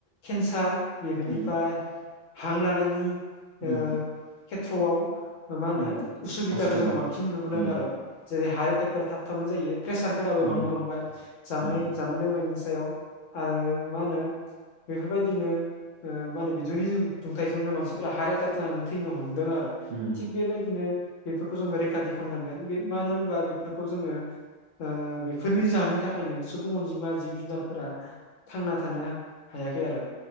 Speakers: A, on the left; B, on the right.
A: केन्सार बेफोरनिफाय
B: उम
A: हां लानायनि
B: उम
A: ओ खेथ्र'आव ओ माहोनो
B: उम
A: उसुबिदाखौ
B: अस्थमा
A: जों बां नुबोदों
B: उम
A: आरो जेरै हार्ट एटेकफोरा थाब थाबनो जायो। प्रेसारफोराबो
B: उम
A: बांनो हमबाय। जानाय
B: उम
A: जानाय लोंनायनि सायाव आरो मा होनो बेफोरबायदिनो ओ मा होनो बिदुनि दुंथाय जोंनो मानसिफोरा हार्ट एटाक जानानै थैनो हम दों आरो
B: उम
A: थिग बेबायदिनो बेफोरखौ जों रैखा थि खामनांगोन बे मानो होनबा बेफोरखौ जोङो ओ बेफोरनि जाहोननि थाखायनो सुबुं अनजिमा जिब जुनारफोरा थांना थानो हाय याखै आरो